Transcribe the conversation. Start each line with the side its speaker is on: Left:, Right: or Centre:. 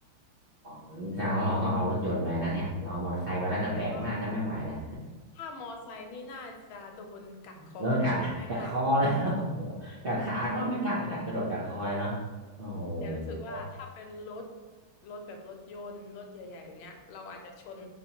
Right: อ๋อนี่แสดงว่าเราต้องเอารถยนต์ไปนะเนี่ยเราเอามอเตอร์ไซค์ไปแล้วจะแบกน่าจะไม่ไหวนะ
Left: ใช่เพราะถ้ามอไซค์นี่น่าจะโดนกัดคอ
Right: <laughs> แล้วมันกัดกัดคอเลย
Left: ง่าย
Right: <laughs> โอ้โหกัดขาก็ไม่กัดกัดกระโดดกัดคอเลยเนาะโอ้โห
Left: ๆแต่รู้สึกว่าถ้าเป็นรถรถแบบรถยนต์รถใหญ่ๆแบบเนี้ยเราอาจจะชน